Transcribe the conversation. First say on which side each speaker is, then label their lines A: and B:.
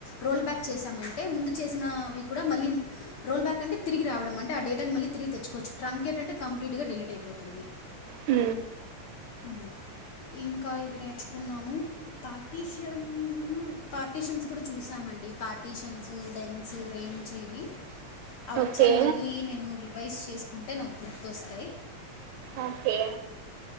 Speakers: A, on the left; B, on the right.
A: రోల్ బ్యాక్ చేసామంటే ముందు చేసిన అవి కూడా మళ్ళీ రోల్ బ్యాక్ అంటే తిరిగి రావడం అంటే ఆ డేటాను మళ్ళి తిరిగి తెచ్చుకోచ్చు ట్రాంకెట్ అంటె కంప్లీట్ గ డెలీట్ అయిపోతు తుంది
B: ఉ
A: ఉ ఇంకా ఇవి నేర్చుకున్నాము పార్టీషన్ పార్టిషన్స్ కూడా చూసాము అండీ పార్టీషన్సు డెన్సు రేంజి ఇవి అవి ఒక్కడే
B: ఓకే
A: మళ్ళీ నేను రివైస్ చెస్కుంటే నాక్ గుర్తొస్తాయి
B: ఓకే